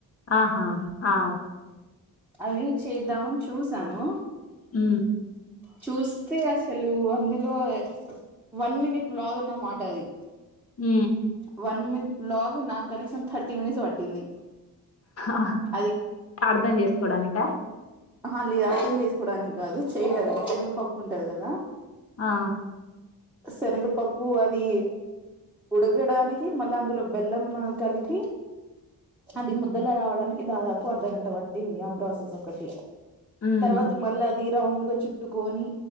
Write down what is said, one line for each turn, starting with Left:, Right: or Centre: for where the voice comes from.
Left: ఆహా ఆ
Centre: అవి చేద్దామని చూసాను
Left: హ
Centre: చూస్తే అసలు అందులో వన్ మినిట్ లాగ అన్నమాట అది
Left: హ
Centre: వన్ మినిట్ బ్లాగ్ నాకు కనీసం థర్టీ మినిట్స్ పట్టింది
Left: ఆ
Centre: అది
Left: అర్థం చేస్త చూడానికా
Centre: ఆ లేద అర్థం చేసుకోవడానికి కాదు చేయడానికి శనగపప్పు ఉంటది కదా
Left: ఆ
Centre: శనగపప్పు అది ఉడకడానికి మళ్ళా అందులో బెల్లం కలిపి అది ముద్దల రావడానికి దాదాపు అర్ధగంట పడుంది ఏంది ఆ ప్రాసెస్ ఒకటి
Left: ఉమ్
Centre: తర్వాత మళ్ళీ అది ర్రౌండ్ గా చుట్టుకొని